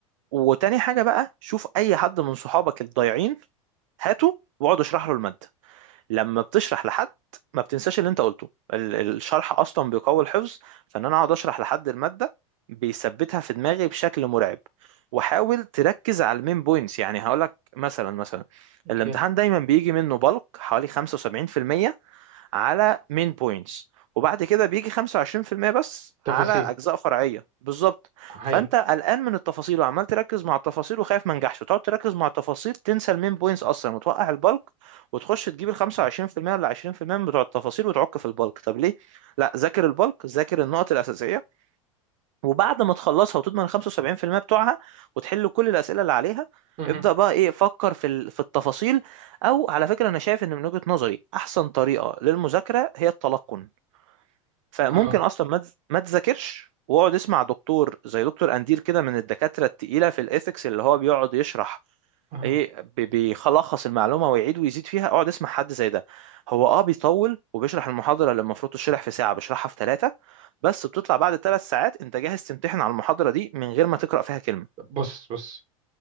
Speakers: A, on the right; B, on the right.
A: وتاني حاجه بقى شوف اي حد من صحابك الضايعين هاته واقعد اشرح له الماده لما بتشرح لحد ما بتنساش اللي انت قلته ال- الشرح اصلا بيقوي الحفظ فان انا اقعد اشرح لحد الماده بيثبتها في دماغي بشكل مرعب وحاول تركز على المين بوينتس يعني هقولك مثلا مثلا
B: اوكي
A: الامتحان دايما بيجي منه بلق حوالي 75% على مين بوينتس وبعد كده بيجي 25% بس
B: تفاصيل
A: على اجزاء فرعيه بالظبط
B: حقيقي
A: فانت قلقان من التفاصيل وعمال تركز مع التفاصيل وخايف ما نجحش وتقعد تركز مع التفاصيل تنسى المين بوينتس اصلا وتوقع البلك وتخش تجيب ال 25% ولا 20% بتوع التفاصيل وتعك في البلك طب ليه لا ذاكر البلك ذاكر النقط الاساسيه وبعد ما تخلصها وتضمن ال 75% بتوعها وتحل كل الأسئلة اللي عليها
B: مهم.
A: ابدأ بقى ايه فكر في ال- في التفاصيل او على فكرة انا شايف ان من وجهة نظري احسن طريقة للمذاكرة هي التلقن فممكن
B: اه
A: اصلا ما تز- ما تذاكرش واقعد اسمع دكتور زي دكتور اندير كده من الدكاترة التقيلة في الايثكس اللي هو بيقعد يشرح
B: اه
A: ايه بي- بيخلص المعلومه ويعيد ويزيد فيها اقعد اسمع حد زي ده هو اه بيطول وبيشرح المحاضره اللي المفروض تشرح في ساعه بيشرحها في ثلاثه بس بتطلع بعد ثلاث ساعات انت جاهز تمتحن على المحاضره دي من غير ما تقرا فيها كلمه
B: بص بص